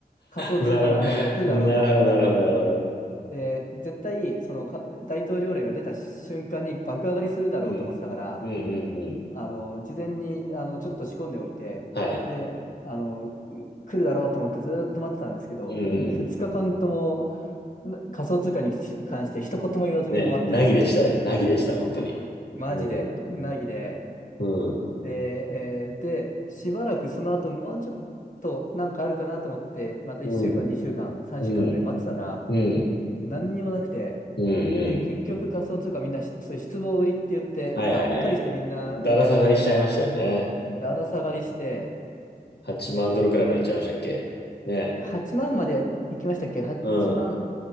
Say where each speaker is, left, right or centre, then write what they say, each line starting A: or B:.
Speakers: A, on the left; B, on the left.
A: 仮想通貨のあれが来るだろうと。
B: なる、なるほど、なるほど、なるほど。
A: で、絶対、その、か大統領令が出た瞬間に爆上がりするだろうと思ってたから、
B: うん。うんうんうん。
A: あの、事前に、あの、ちょっと仕込んでおいて、
B: はい。
A: で、あの、来るだろうと思ってずーっと待ってたんですけど、
B: うんうん。
A: 2日間ともな仮想通貨に関して一言も言わずに終わってですね、
B: ね、なぎでしたね。なぎでした、本当に。
A: マジで、
B: うん。
A: なぎで、
B: うん。
A: で、えーで、しばらくその後、もうちょっとなんかあるかなと思って、また1週間、
B: うん。
A: 2週間、3週間ぐらい待ってたら、
B: うん。うん。
A: 何にもなくて、
B: うんうん。
A: で、結局仮想通貨みんなし、そういう失望売りって言って、
B: はいはいはい。
A: がっかりしてみんな売り出して、
B: だら下がりしちゃいましたよね。
A: だだ下がりして、
B: 8万ドルくらいまでいっちゃいましたっけね。
A: で、8万まんまで行きましたっけ ?8
B: うん。
A: 万